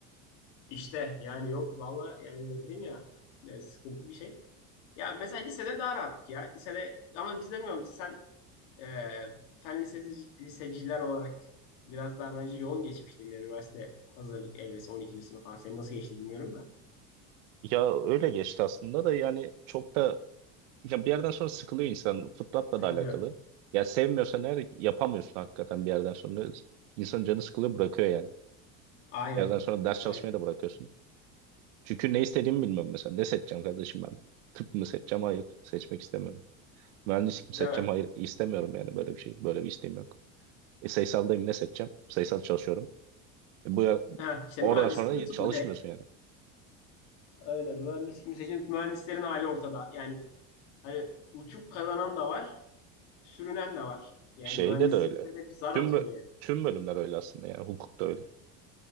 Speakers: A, on the left; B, on the right.
A: İşte yani yok valla yani dedim ya e, sıkıntı bir şey. Ya mesela lisede daha rahattık ya. Lisede ama biz de bilmiyorum biz sen e, fen lisesi, liseciler olarak biraz daha bence yoğun geçmiştir yine üniversite hazırlık evresi 12. sınıf falan. Senin nasıl geçti bilmiyorum da.
B: Ya öyle geçti aslında da yani çok da ya bir yerden sonra sıkılıyor insan. Fıtratla
A: Sıkılıyor.
B: da alakalı. Ya sevmiyorsan eğer yapamıyorsun hakikaten bir yerden sonra. İnsanın canı sıkılıyor bırakıyor yani.
A: Aynen.
B: Bir yerden sonra ders
A: Aynen.
B: çalışmayı da bırakıyorsun. Çünkü ne istediğimi bilmiyorum mesela. Ne seçeceğim kardeşim ben? Tıp mı seçeceğim? Hayır. Seçmek istemiyorum. Mühendislik
A: Değil
B: mi seçeceğim?
A: mi?
B: Hayır. istemiyorum yani böyle bir şey. Böyle bir isteğim yok. E, sayısaldayım ne seçeceğim? Sayısal çalışıyorum. E, Bu
A: Ha, işte
B: oradan
A: mühendislik
B: sonra hiç
A: mi tıp
B: çalışmıyorsun
A: mı? Direkt.
B: yani.
A: Aynen mühendislik mi Mühendislerin hali ortada. Yani hani uçup kazanan da var, sürünen de var. Yani
B: Şeyde
A: mühendislikte
B: de öyle.
A: de bir zar
B: Tüm
A: atıyor
B: bö-
A: yani.
B: tüm bölümler öyle aslında yani. Hukuk da öyle.